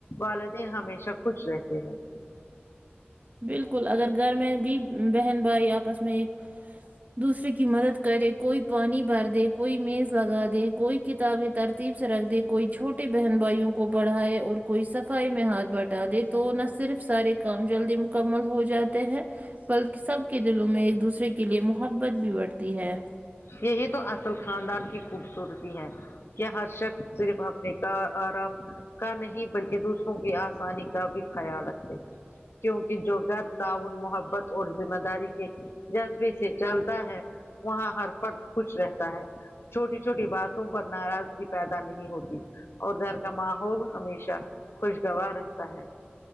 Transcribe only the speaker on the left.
والدین ہمیشہ خوش رہتے ہیں
یہی تو اصل خاندان کی خوبصورتی ہے کے ہر شخص صرف اپنے کا آرام کا نہیں بلکہ دوسروں کی آسانی کا بھی خیال رکھے کیونکہ جو گھر تعاون محبت اور ذمہ داری کے جذبے سے چلتا ہے وہاں ہر فرد خوش رہتا ہے چھوٹی چھوٹی باتوں پر ناراضگی پیدا نہیں ہوتی اور گھر کا ماحول ہمیشہ خوشگوار رہتا ہے